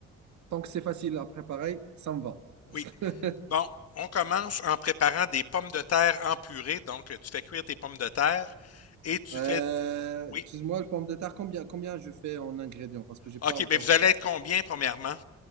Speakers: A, on the right (about 70°); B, on the left (about 55°).
A: Tant que c'est facile à préparer, ça me va.
B: Oui.
A: Parce que, <laughs>
B: Bon, on commence en préparant des pommes de terre en purée. Donc, tu fais cuire tes pommes de terre et tu
A: Euh,
B: fais... Oui.
A: excuse-moi, le pomme de terre, combien, combien je fais en ingrédients? Parce que j'ai
B: OK,
A: pas encore.
B: mais vous allez être combien, premièrement?